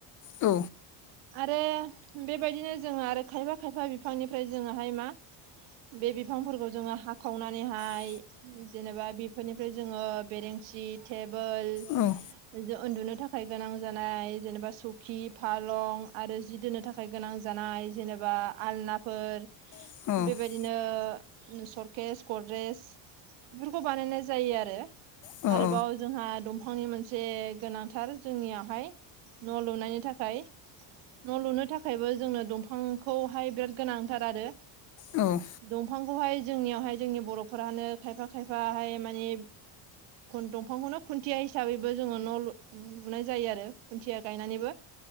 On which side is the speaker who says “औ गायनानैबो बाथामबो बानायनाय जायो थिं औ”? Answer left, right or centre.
Left